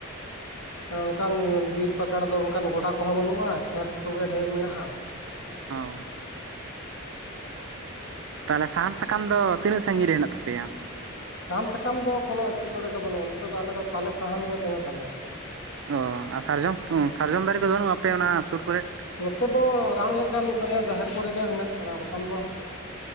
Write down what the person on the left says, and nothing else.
ᱚᱱᱠᱟᱱ ᱵᱤᱨ ᱯᱟᱠᱟᱲ ᱫᱚ ᱚᱱᱠᱟᱱ ᱜᱚᱰᱟ ᱠᱚᱦᱚᱸ ᱵᱟᱹᱱᱩᱜᱼᱟ ᱠᱷᱮᱛ ᱠᱚᱜᱮ ᱰᱷᱮᱨ ᱢᱮᱱᱟᱜᱼᱟ᱾
ᱥᱟᱦᱟᱱ ᱥᱟᱠᱟᱢ ᱫᱚ ᱠᱳᱱᱚ ᱮᱴᱠᱮᱴᱚᱬᱮ ᱜᱮ ᱵᱟᱹᱱᱩᱜᱼᱟ ᱱᱚᱛᱮ ᱫᱚ ᱟᱞᱮ ᱫᱚ ᱛᱟᱞᱮ ᱥᱟᱦᱟᱱ ᱜᱮ ᱫᱚᱢᱮ ᱛᱟᱞᱮ᱾
ᱱᱚᱛᱮ ᱫᱚ ᱨᱟᱱ ᱞᱮᱠᱟ ᱢᱤᱫ ᱵᱟᱨᱭᱟ ᱡᱟᱦᱮᱨ ᱠᱚᱨᱮ ᱜᱮ ᱢᱮᱱᱟᱜ ᱟᱠᱟᱫᱟ ᱵᱟᱠᱷᱟᱱ ᱫᱚ